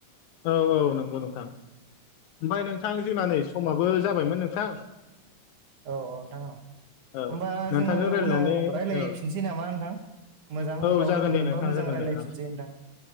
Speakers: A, on the left (about 80°); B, on the right (about 75°).
A: औ औ नंगौ नोंथां ओमफ्राय
B: औ
A: नोंथां जोंना नै समाबो जाबायमोन नोंथां
B: औ औ नोंथां औ
A: औ
B: होमबा
A: नोंथांजों
B: जोङो
A: रायज्लायनानै
B: उनाव रायज्लायफिनसै
A: औ
B: नामा नोंथां मोजां
A: औ
B: उनाव
A: जागोन
B: लोगो
A: दे
B: मोनबा
A: नोंथां
B: मोजां
A: जागोन
B: रायज्लायफिनसै
A: दे औ
B: नोंथां।